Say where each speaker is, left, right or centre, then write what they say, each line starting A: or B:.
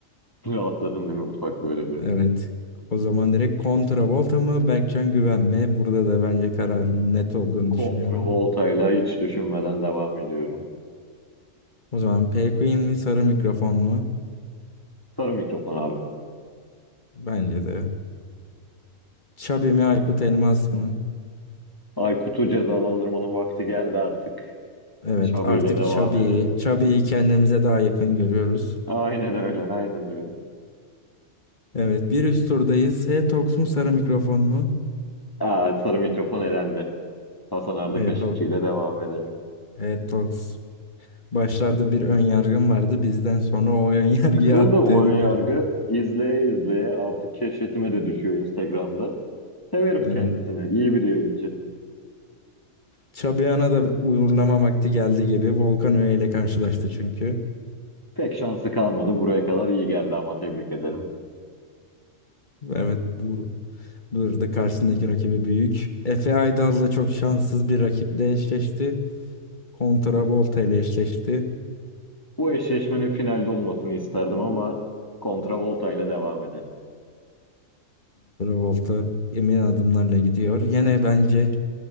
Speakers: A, on the left; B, on the left.
A: Rahatladım değil mi ufak böyle bir.
B: Evet. O zaman direkt Volta mı Berkcan Güven mi? Burada da bence kararın net olduğunu
A: Kontravolta'yla
B: düşünüyorum.
A: hiç düşünmeden devam ediyorum.
B: O zaman P Queen mi sarı mikrofon mu?
A: Sarı mikrofon abi.
B: Bence de. Chubby mi Aykut Elmas mı?
A: Aykut'u cezalandırmanın vakti geldi artık.
B: Evet
A: Şabi
B: artık
A: ile devam
B: Chubby'yi
A: edelim.
B: Chubby'yi kendimize daha yakın görüyoruz.
A: Aynen öyle, aynen öyle.
B: Evet bir üst turdayız. H-Tox mu sarı mikrofon mu?
A: Aa, sarı mikrofon elendi. Hasan Arda
B: H Evet,
A: Kaşıkçı ile devam edelim.
B: Evet Tox. Başlarda bir ön yargım vardı. Bizden sonra o ön yargıyı
A: Kırıldı
B: attığın
A: o ön yargı.
B: birisi.
A: İzleye izleye artık keşfetime de düşüyor Instagram'da. Severim
B: Evet.
A: kendisini. İyi bir yayıncı.
B: Çabiyan'a da uğurlama vakti geldi gibi. Volkan Öğe ile karşılaştı çünkü.
A: Pek şansı kalmadı. Buraya kadar iyi geldi ama tebrik ederim.
B: Evet bu, burada karşısındaki rakibi büyük. Efe Aydal da çok şanssız bir rakiple eşleşti. Volta ile eşleşti.
A: Bu eşleşmenin finalde olmasını isterdim ama kontravolta ile devam edelim.
B: Volta emin adımlarla gidiyor. Yine bence